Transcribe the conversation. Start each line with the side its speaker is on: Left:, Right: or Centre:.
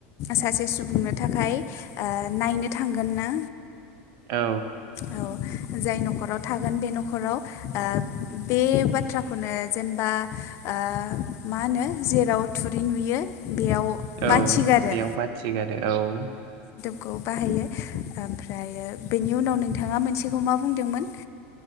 Left: सासे सुबुंनो थाखाय ओ नायनो थांगोन ना।
Right: औ
Left: औ जाय न'खराव थागोन बे न'खराव ओ बे बाथ्रा। खौनो जेनेबा ओ मा होनो जेराव थुरि नुयो। बेयाव
Right: औ
Left: बाथि गारो
Right: बेयाव बाथिगारो औ।
Left: खौ बाहायो ओमफ्रायो बेनि उनाव नोंथाङा मोनसेखौ मा बुंदोंमोन?